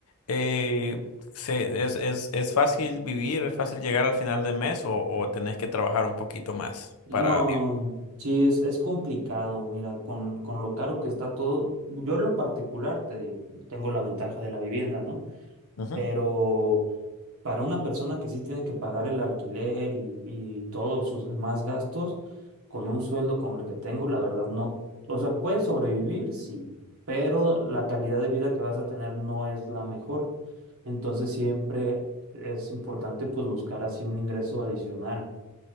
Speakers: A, on the left (about 70°); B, on the right (about 65°).
A: eh, se, es, es, ¿es fácil vivir, es fácil llegar al final del mes o, o tenés que trabajar un poquito más
B: No,
A: para...
B: sí, es, es complicado. Mira, con, con lo caro que está todo, yo en lo particular, te digo, tengo la ventaja de la vivienda, ¿no?
A: Ujú.
B: Pero para una persona que sí tiene que pagar el alquiler y, y todos sus demás gastos, con un sueldo como el que tengo, la verdad no, o sea, puedes sobrevivir, sí, pero la calidad de vida que vas a tener no es la mejor. Entonces siempre es importante pues buscar así un ingreso adicional,